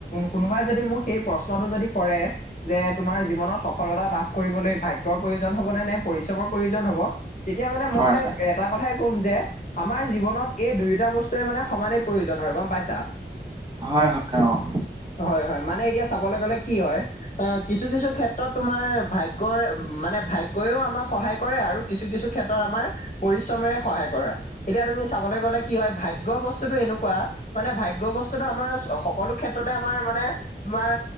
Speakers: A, on the left; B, on the right.
A: কোনোবাই যদি মোক সেই প্ৰশ্নটো যদি কৰে- যে তোমাৰ জীৱনত সফলতা লাভ কৰিবলৈ ভাগ্যয়ৰ প্ৰয়োজন হ'ব নে, নে পৰিশ্ৰমৰ প্ৰয়োজন হ'ব। তেতিয়া মানে মই
B: হয় হয়
A: এটা কথাই কম যে আমাৰ জীৱনত এই দুই- টা বস্তুয়ে মানে সমানে প্ৰয়োজন হয় গম পাইছা।
B: হয় হয়, অ'।
A: হয় হয়, মানে এতিয়া চাবলৈ গ'লে কি হয়- অ' কিছু কিছু ক্ষেত্ৰত তোমাৰ ভাগ্য মানে ভাগ্যও আমাক সহায় কৰে আৰু কিছু কিছু- ক্ষেত্ৰত আমাৰ পৰিশ্ৰমেৰে সহায় কৰা, এতিয়া তুমি চাবলৈ গলে কি হয় ভাগ্যৰ বস্তু- বস্তুটো এনেকুৱা মানে ভাগ্য বস্তুটো আমাৰ সকলো ক্ষেত্ৰতে আমাৰ মানে- তোমাৰ